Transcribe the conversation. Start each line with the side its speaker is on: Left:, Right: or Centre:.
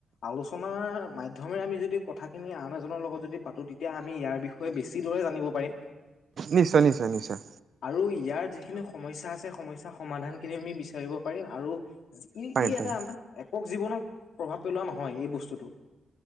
Left: আলোচনাৰ মাধ্যম মাধ্যমৰে আমি যদি কথাখিনি আন এজনৰ লগত যদি পাতোঁ তেতিয়া আমি ইয়াৰ বিষয়ে বেছি দৰে জানিব পাৰিম।
Right: নিশ্চয় নিশ্চয় নিশ্চয়
Left: আৰু ইয়াৰ যিখিনি সমস্যা আছে সমস্যা সমাধান খিনি আমি বিচাৰ <unintelligible> ব পাৰিম আৰু ই
Right: পাৰিম
Left: ই এটা
Right: পাৰিম
Left: আমাৰ একক জীৱনত প্ৰভাৱ পেলোৱা নহয় এই বস্তুটো।